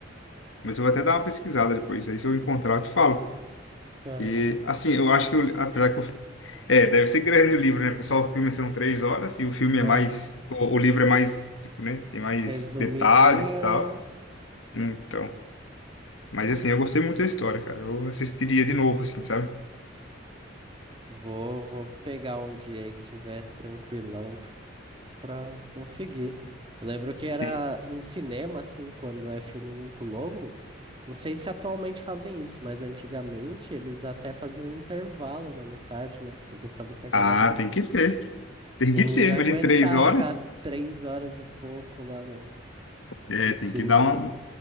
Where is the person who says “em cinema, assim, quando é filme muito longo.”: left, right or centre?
Right